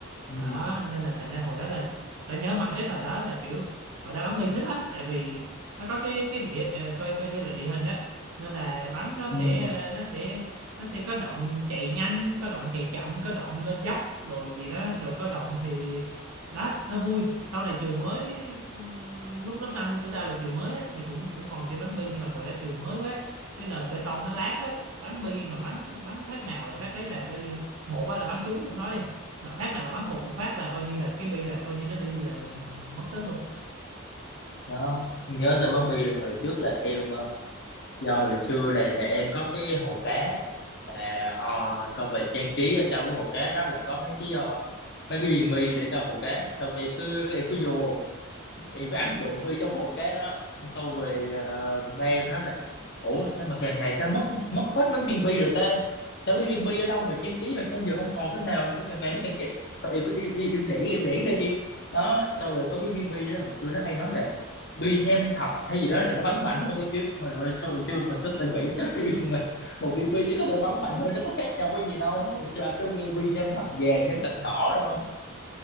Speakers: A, on the left; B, on the right.
A: ừ,
B: đó nên là thành ra hồi đó là tao nhớ mãi cái thời đó là kiểu hồi đó bắn bi thích lắm tại vì nó có cái cái địa ờ, coi coi như là địa hình á nên là bắn nó
A: ừ,
B: sẽ ờ, nó sẽ nó sẽ có đoạn chạy nhanh có đoạn chạy chậm có đoạn lên dốc rồi gì đó rồi có đoạn thì đó nó vui sau này trường mới ừm, lúc lớp 5 của tao là trường mới á, thì cũng cũng còn chơi bắn bi nhưng mà hồi đó trường mới quá cái nền bê tông nó láng quá bắn bi mà bắn bắn phát nào là phát đấy là coi như một á là bắn trúng thì không nói đi mà phát nào mà bắn hụt một phát là coi như là cái bi là coi như nó đi là, là, mất tích luôn
A: đó nhớ tới Bắn Bi là hồi trước là em ờ, do hồi xưa là nhà em có cái hồ cá à, ờ, xong rồi trang trí ở trong cái hồ cá đó là có mấy cái ờ, mấy cái viên bi để cho hồ cá xong rồi em cứ em cứ vô thì cứ ăn trộm bi trong hồ cá đó sau về uh, ba mới nói là ủa sao mà càng ngày sao mất mất hết mấy viên bi rồi ta sao mấy viên bi ở đâu về trang trí mà sao giờ không còn cái nào sao càng ngày nó càng ít thôi em cứ im im im lẻn im lẻn đi đó sau rồi có mấy viên bi đó hồi xưa nó hay nói là bi nham thạch hay gì đó là nó bắn mạnh hơn cái kiểu thôi rồi sao hồi xưa mình có từng nghĩ tới <laughs> việc mà một viên bi nó có thể bắn mạnh thôi nó có khác nhau cái gì đâu hồi xưa anh cứ nghe bi nham thạch vàng nham thạch đỏ rồi không